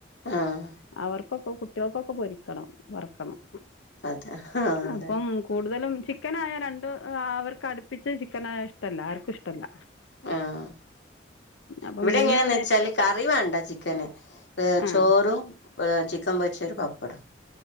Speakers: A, on the left; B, on the left.
A: ആഹ്
B: അവർക്കൊക്കെ കുട്ടികൾക്കൊക്കെ പൊരിക്കണം വറ്ക്കണം
A: അതെ ആഹ് അതെ
B: അപ്പം കൂടുതലും ചിക്കനായൽ രണ്ടും അവർക്കടുപ്പിച്ച് ചിക്കനായാൽ ഇഷ്ടല്ല ആർക്കും ഇഷ്ടല്ല
A: ആഹ്
B: അപ്പം
A: ഇവിടെ
B: മീനാണ്
A: എങ്ങനെയന്ന് വെച്ചാല് കറി വേണ്ട ചിക്കന്
B: ആ
A: ചോറും ചിക്കൻ പൊരിച്ചൊരു പപ്പടം